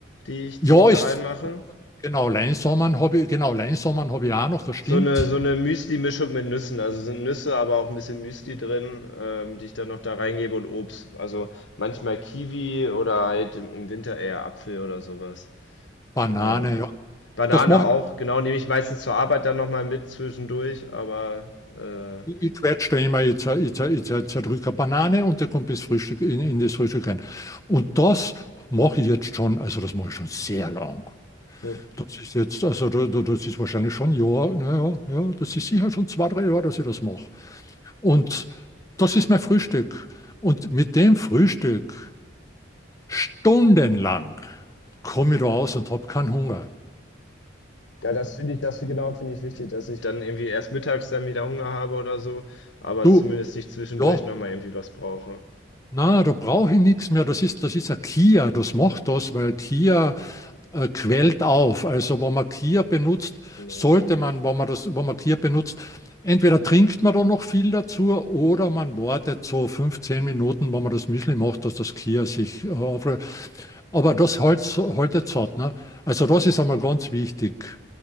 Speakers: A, on the left; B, on the left.
A: die ich,
B: Ja,
A: die ich da
B: ist
A: reinmache.
B: genau Leinsamen habe ich, genau Leinsamen habe ich auch noch, das stimmt.
A: So eine so eine Müsli-Mischung mit Nüssen. Also, sind Nüsse, aber auch ein bisschen Müsli drin, ähm, die ich dann noch da reingebe und Obst. Also, manchmal Kiwi oder halt im im Winter eher Apfel oder sowas
B: Banane,
A: Ähm,
B: ja.
A: Banane
B: Das mache
A: auch, genau, nehme ich meistens zur Arbeit dann noch mal mit zwischendurch, aber, äh,
B: Ich quetsche da immer, jetzt zer, ich, zer, ich zerdrücke eine Banane und der kommt bis Frühstück in, in das Frühstück rein. Und das mache ich jetzt schon, also das mache ich schon sehr lang.
A: hm,
B: Das ist jetzt, also da- da- das ist wahrscheinlich schon ein Jahr, naja, ja, ja, das ist sicher schon zwei, drei Jahre, dass ich das mache. Und das ist mein Frühstück. Und mit dem Frühstück stundenlang komme ich da aus und habe keinen Hunger.
A: ja, das finde ich das find- genau, finde ich wichtig, dass ich dann irgendwie erst mittags dann wieder Hunger habe oder so, aber
B: Du,
A: zumindest nicht zwischendurch
B: ja,
A: noch mal irgendwie was brauche.
B: Na, da brauche ich nichts mehr. Das ist, das ist ein Kia, das macht das, weil Kia äh, quält auf. Also, wenn man Kia benutzt,
A: Genau.
B: sollte man, wenn man das, wenn man Kia benutzt, entweder trinkt man da noch viel dazu oder man wartet so fünf, zehn Minuten, wenn man das Müsli macht, dass das Kia sich äh, aufrührt. Aber das halt, haltet satt, ne? Also, das ist einmal ganz wichtig